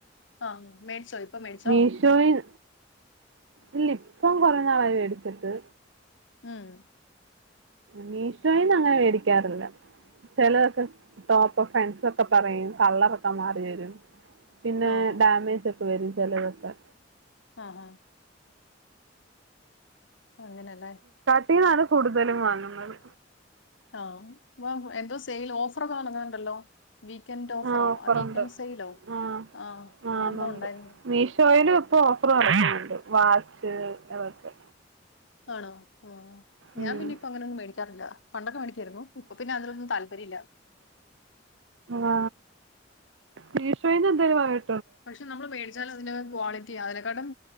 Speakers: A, on the left; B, on the right.
A: ആ മേടിച്ചോ മേടിച്ചോ
B: മീഷോയിൽ ഇല്ല ഇപ്പം കുറ നാളായി എടുത്തിട്ട്
A: മൂ മും
B: മിഷോയിന് അങ്ങനെ മേടിക്കാറില്ല ചെലക്കെ ടോപ്പ് പാൻസ് ഒക്കെ പറയും കള്ളറൊക്കെ മാറി വരും പിന്നെ
A: ആഹ്
B: ഡാമേജ് വേരും ചെലത്തൊക്കെ
A: ആ ഹ അങ്ങനല്ലേ
B: ഇതിനാണ് കൂടുതലും വാങ്ങുന്നത്
A: ആഹ് വാവ് എന്തോ സെയിൽ ഓഫറ്ക്ക് തുടങ്ങനുണ്ടല്ലോ വീക്കെൻഡ് ഓഫറോ
B: ആഹ് ഓഫറുണ്ട്
A: ആ വീക്കൻഡ് സെയിലോ
B: ആഹ്
A: ആ
B: ആഹ്
A: അങ്ങനെന്തോ
B: അതുണ്ട്
A: ഉണ്ടയിരുന്നു
B: മീഷോയിലും ഇപ്പൊ ഓഫർ നടക്കുന്നുണ്ട് വാച്ച് അതൊക്കെ
A: ആണോ ആ ഞാൻ
B: ഉം
A: പിന്നെ ഇപ്പ അങ്ങനെയൊന്നും മേടിക്കാറില്ല പണ്ടക്കെ മേടി ക്കാരുന്നു ഇപ്പ പിന്നെ അതിനൊന്നും താല്പര്യ ഇല്ല
B: ആ മീഷോയിന്ന് എന്തേലും വാങ്ങി
A: പക്ഷെ നമ്മള് മേടി ച്ചാൽ അതിന് ക്വാളിറ്റി അതിനെക്കാട്ടും